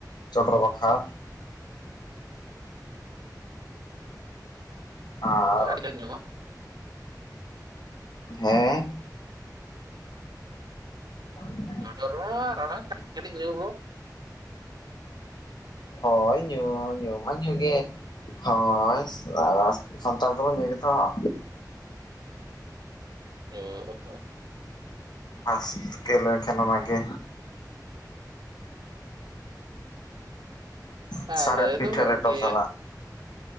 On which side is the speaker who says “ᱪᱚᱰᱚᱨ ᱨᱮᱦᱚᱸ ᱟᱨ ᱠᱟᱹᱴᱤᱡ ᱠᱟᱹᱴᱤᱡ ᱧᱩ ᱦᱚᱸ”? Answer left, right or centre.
Right